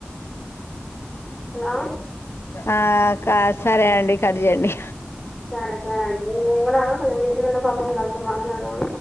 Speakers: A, in the centre; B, on the left (about 75°).
A: హలో
B: ఆ కా సరే అండి కట్ చేయండి
A: సరే సరే అండి నేను కూడా కొంచెం బిజీగా ఉన్న పాపం కలిసి మాట్లాడదాం